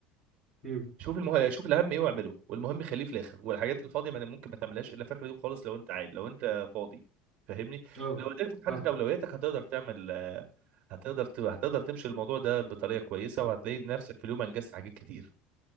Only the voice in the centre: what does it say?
مم.
اه
فاهم